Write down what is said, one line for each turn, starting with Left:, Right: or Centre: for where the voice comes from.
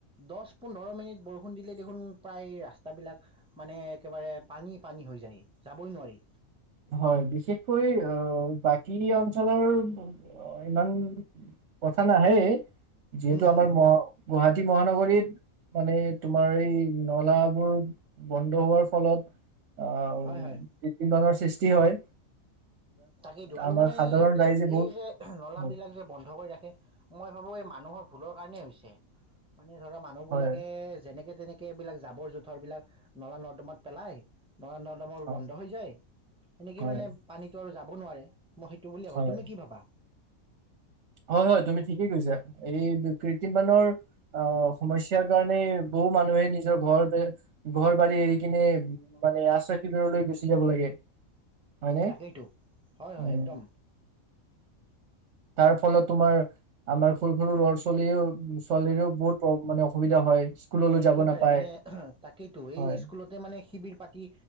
Centre: দহ পোন্ধৰ মিনিট বৰষুণ দিলে। দেখোন প্ৰায় ৰাস্তাবিলাক মানে একেবাৰে পানী পানী হৈ যায়। যাবই নোৱাৰি
Right: হয় বিশেষকৈ অহ বাকী অঞ্চলৰ ইমান কথা নাহে। যিহেতু
Centre: উম উম
Right: আমাৰ মহ গুৱাহাটী। কঠি মহানগৰীত মানে তোমাৰ এই নলাবোৰ বন্ধ হোৱাৰ ফলত। আও
Centre: হয় হয়।
Right: ক্ৰিটিমবাম চিষ্টি হয়। হয়।
Centre: তাকেই টো আৰু
Right: আমাৰ
Centre: মানে
Right: সাধাৰণ
Centre: এইবিলাক
Right: ৰাইজে বহুত
Centre: এই যে নলা
Right: হয়
Centre: বিলাক যে বন্ধ কৰি ৰাখে মই ভাবো এই। মানুহৰ ভুলৰ কাৰণ হৈছে। মানে ধৰা মানুহবিলাকে
Right: হয়
Centre: যেনেকে তেনেকে এইবলাক জাবৰ জোথৰ বিলাক নলা নৰ্দমাত পেলাই ন নদামৰ
Right: হয়
Centre: বন্ধ হৈ যায় এনেকে
Right: হয়
Centre: মানে পানী যাব নোৱাৰে মই সেইটো বুলিয় ভাবো
Right: হয়
Centre: তুমি কি ভাবা
Right: হয় হয় তুমি ঠিকেই কৈছা এই কৃত্ৰিমৰ আহ সমস্যাৰ কাৰণে বহু মানুহে নিজৰ ঘৰ ঘৰ বাৰী এৰি কিনে মানে আশ্ৰয় শিবিৰলৈ গুচি যাব লাগে হয়নে
Centre: তাকেইতটো হয় হয়
Right: উম
Centre: একদম
Right: তাৰ ফলত তোমাৰ আমাৰ সৰু সৰু ল'ৰা ছোৱালীও ছোৱালীৰেও বহুত মানে অসুবিধা হয় স্কুললৈ
Centre: একেবাৰে
Right: যাব নাপায়
Centre: মানে তাকেইতো এই
Right: হয়
Centre: স্কুলতে মানে শিবিৰ পাতি